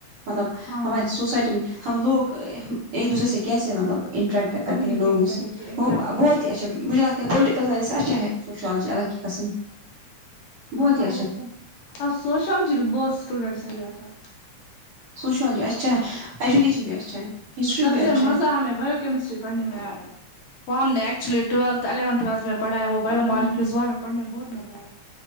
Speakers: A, on the right; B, on the left.
A: مطلب
B: ہاں
A: ہماری سوسائٹی میں ہم لوگ ایک دوسرے سے کیسے مطلب انٹریکٹ
B: کمیونیکیٹ
A: کرتے ہیں لوگوں
B: کریں
A: سے
B: گے انٹریکٹ
A: وہ بہت
B: کریں گے
A: ہی اچھا مجھے لگتا ہے پولٹکل سائنس اچھا ہے سشالجی اللہ کی قسم
B: ہاں
A: بہت ہی اچھا
B: وہ تو ہے پر سوشالوجی بھی بہت اسٹوڈینٹس نے لیا تھا
A: سوشالجی اچھا ایجوکیشن بھی اچھا ہے ہسٹری
B: سب
A: بھی اچھا
B: سے مزہ
A: ہے
B: ہمیں بائیوکمسٹری پڑھنے ایا ہے وہ ہم نے ایکچولی ی ٹویلو الیون تولوتھ پڑھایا وہ بیو
A: پڑھائی
B: مالکیزا ہمیں پڑھنے میں بہت مزہ آیا